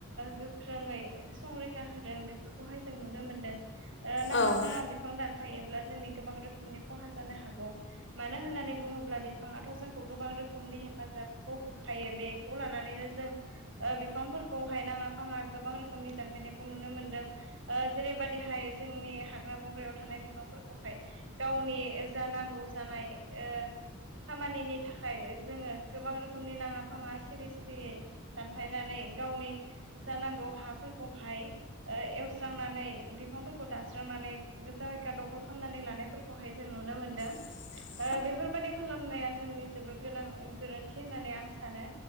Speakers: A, on the right; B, on the left.
A: गोख्रोङै संरै होदों बेफोरखौहाय जों नुनो मोनदों ओ नांङा
B: औ
A: फांङा बि बिफां दानफायोब्ला जोंनि गोबां रोखोमनि खहा जानो हागौ। मानो होननानै बुङोब्ला बिफांङाथ' जोंखौ गोबां रोखोमनि हेफाजाबखौ होखायो बेखौ लानानैनो जों बिफांफोरखौहाय नांङा फांङा गोबां रोखोमनि दानफायनायखौ नुनो मोनदों। जेरैबायदिहाय जोंनि हाग्रा बंग्रायाव थानाय बिफांफोरखौहाय गावनि जा नांगौ जानाय ओ खामानिनि थाखाय जोंङो गोबां रोखोमनि नांङा फांङा सिरि सिरियै दानफायनानै गावनि जानांगौ हाफोरखौहाय ओ एवस्रांनानै बिफांफोरखौ दानस्रांनानै जायगा दखल खालामनानै लानायफोरखौ खौहाय जों नुनो मोन्दों।
B: न बुंद <unintelligible>
A: ओ बेफोरबायदि खालामनाया जोंनि जोबोर गोनां गोरोन्थि होननानै आं सानो।